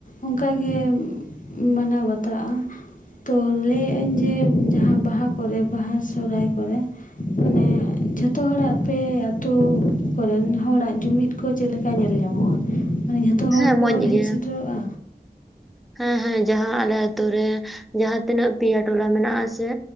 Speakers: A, on the left; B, in the centre.
A: ᱚᱱᱠᱟ ᱜᱮ ᱢᱟᱱᱟᱣ ᱵᱟᱛᱟᱣᱚᱜᱼᱟ ᱛᱚ ᱞᱟᱹᱭ ᱮᱫ ᱟᱹᱧ ᱡᱮ ᱡᱟᱦᱟ ᱵᱟᱦᱟ ᱠᱚᱨᱮ ᱵᱟᱦᱟ ᱥᱚᱦᱨᱟᱭ ᱠᱚᱨᱮ ᱢᱟᱱᱮ ᱡᱷᱚᱛᱚ ᱦᱚᱲᱟᱜ ᱟᱯᱮ ᱟᱛᱳ ᱠᱚᱨᱮᱱ ᱦᱚᱲᱟᱜ ᱡᱩᱢᱤᱫ ᱠᱚ ᱪᱮᱫ ᱞᱮᱠᱟ ᱧᱮᱞ ᱧᱟᱢᱚᱜᱼᱟ ᱢᱟᱱᱮ ᱡᱷᱚᱛ ᱛᱚ ᱦᱚᱲ
B: ᱦᱮᱸ
A: ᱠᱚ
B: ᱢᱚᱸᱡᱽ
A: ᱦᱮᱡ
B: ᱜᱮ
A: ᱥᱮᱴᱮᱨᱚᱜᱼᱟ᱾
B: ᱦᱮᱸ, ᱦᱮᱸ, ᱡᱟᱦᱟᱸ ᱟᱞᱮ ᱟᱛᱳ ᱨᱮ ᱡᱟᱦᱟ ᱛᱤᱱᱟᱹᱜ ᱯᱮᱭᱟ ᱴᱚᱞᱟ ᱢᱮᱱᱟᱜ ᱟᱥᱮ᱾